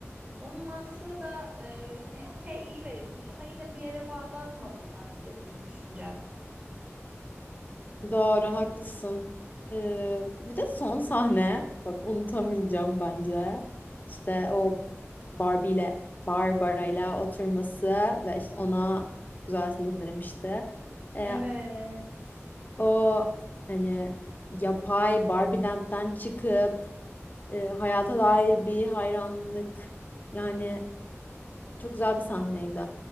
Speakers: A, on the right; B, on the left.
A: Onun mantığı da e, hani okey iyi verilmiş ama yine bir yere bağlanmadı bence benim düşüncem.
B: Doğru haklısın. E, bir de son sahne bak unutamayacağım bence. İşte o Barbie ile Barbara ile oturması ve işte ona güzelsiniz demişti. E,
A: Evet.
B: o hani yapay Barbie Land'den çıkıp e, hayata dair bir hayranlık. Yani çok güzel bir sahneydi.